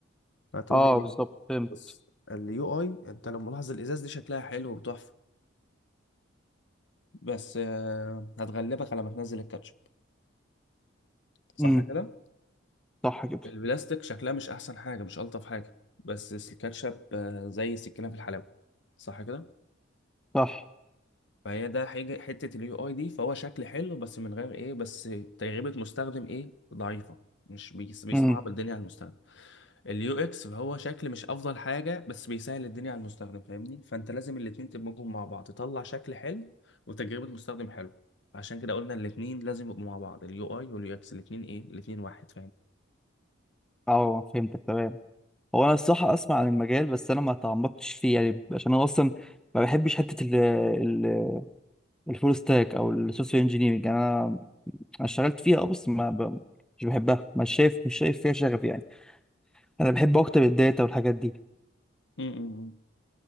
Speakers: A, on the left; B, in the centre.
A: هتقول
B: اه
A: لي ليه
B: بالظبط فهمت
A: بص اليو اي انت لو ملاحظ الازاز دي شكلها حلو وتحفة بس آه، هتغلبك على ما تنزل الكاتشب صح
B: امم
A: كده
B: صح كده
A: البلاستيك شكلها مش احسن حاجه مش الطف حاجه بس الكاتشب آه، زي السكينه في الحلاوه صح كده
B: صح
A: فهي ده حاجه حته اليو اي دي فهو شكل حلو بس من غير ايه بس تجربه مستخدم ايه ضعيفه مش بيس- بيصعب
B: امم
A: الدنيا على المستخدم اليو اكس فهو شكل مش افضل حاجه بس بيسهل الدنيا على المستخدم فاهمني فانت لازم الاتنين تدمجهم مع بعض تطلع شكل حلو وتجربه مستخدم حلو عشان كده قلنا الاتنين لازم يبقوا مع بعض اليو اي واليو اكس الاتنين ايه الاتنين واحد
B: اه فهمتك تمام هو انا الصراحه اسمع عن المجال بس انا ما تعمقتش فيه يعني عشان انا اصلا ما بحبش حته ال ال الفول ستاك او السوفت وير انجينيرنج انا أنا اشتغلت فيها اه بس ما ب... مش بحبها مش شايف مش شايف فيها شغف يعني انا بحب اكتر الداتا والحاجات دي
A: فاهمني